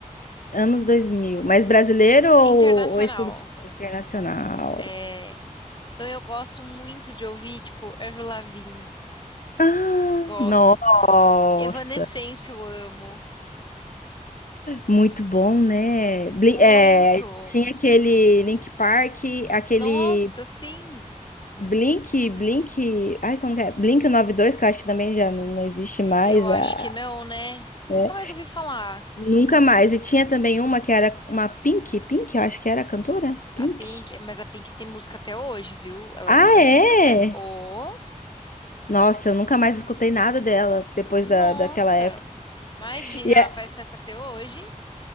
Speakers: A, on the left; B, on the left.
A: anos 2000. Mas brasileiro ou,
B: internacional.
A: ou esses internacional?
B: É, Então eu gosto muito de ouvir, tipo, Avril Lavigne,
A: Ah,
B: gosto.
A: nossa,
B: Evanescence eu amo,
A: muito bom, né? Bli-
B: muito.
A: é, tinha aquele Link Park, aquele
B: Nossa, sim.
A: Blink, Blink, ai, como que é? Blink 92, que eu acho que também já não, não existe mais,
B: Eu acho
A: a,
B: que não, né? Nunca
A: né?
B: mais ouvi falar.
A: Nunca mais. E tinha também uma que era uma Pink, Pink, eu acho que era a cantora, Pink.
B: A Pink, mas a Pink tem música até hoje, viu? Ela
A: Ah,
B: ainda faz
A: é?
B: muito sucesso. Oh,
A: Nossa, eu nunca mais escutei nada dela depois
B: nossa!
A: da, daquela época.
B: Imagina,
A: E,
B: ela
A: a-
B: faz sucesso até hoje?